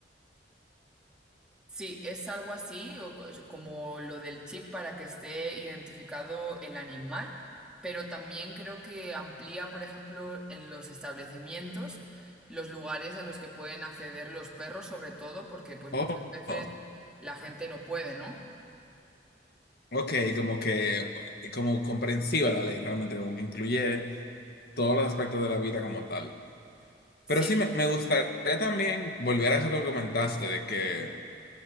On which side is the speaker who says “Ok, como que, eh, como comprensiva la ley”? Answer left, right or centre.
Left